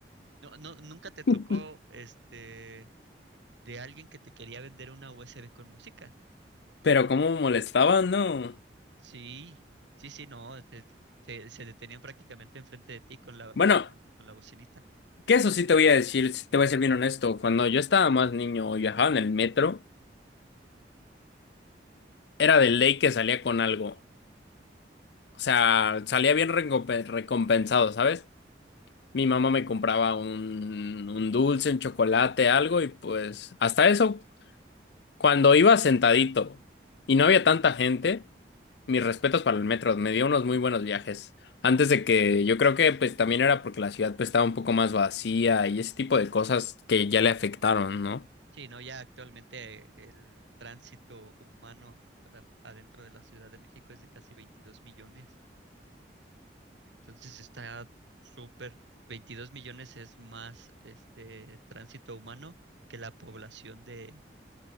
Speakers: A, on the right; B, on the left.
A: No, no, nunca te tocó,
B: <laughs>
A: este, de alguien que te quería vender una USB con música.
B: Pero cómo molestaban, ¿no?
A: Sí, sí, sí, no, te- te- se, se detenían prácticamente enfrente de ti con la,
B: Bueno,
A: con, con la bocinita.
B: Que eso sí te voy a decir, sí te voy a ser bien honesto, cuando yo estaba más niño y viajaba en el metro, era de ley que salía con algo. O sea, salía bien recompe- recompensado, ¿sabes? Mi mamá me compraba un, un dulce, un chocolate, algo, y pues hasta eso, cuando iba sentadito y no había tanta gente, mis respetos para el metro, me dio unos muy buenos viajes. Antes de que yo creo que pues también era porque la ciudad pues estaba un poco más vacía y ese tipo de cosas que ya le afectaron, ¿no?
A: Sí, no, ya actualmente el tránsito humano a- adentro de la Ciudad de México es de casi 22 millones. Entonces está súper, 22 millones es más este tránsito humano que la población de,